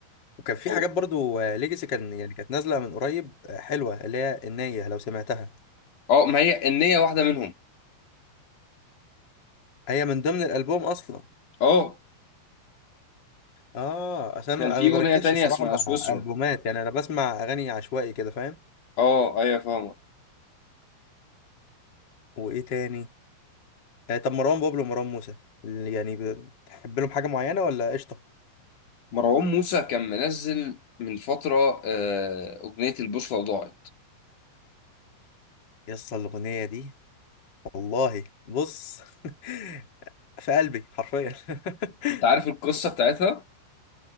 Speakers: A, on the left; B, on the left.
A: وكان في
B: أو
A: حاجات برضو ليجاسي كان يعني كانت نازله من قريب آه، حلوه اللي هي النيه لو سمعتها
B: اه ما هي النية واحدة منهم
A: هي من ضمن الالبوم اصلا
B: اه
A: اه عشان انا
B: كان
A: ما
B: في
A: أنا ما
B: أغنية
A: بركزش
B: تانية
A: الصراحه
B: اسمها
A: مع
B: سويسرا
A: البومات يعني انا بسمع اغاني عشوائي كده فاهم
B: اه أيوة فاهمك
A: وايه تاني آه طب مروان بابلو ومروان موسى يعني بتحب لهم حاجه معينه ولا قشطه
B: مروان موسى كان منزل من فترة آه أغنية البوصلة ضاعت
A: يس الاغنيه دي والله بص <laughs> في قلبي حرفيا <laughs>
B: أنت عارف القصة بتاعتها؟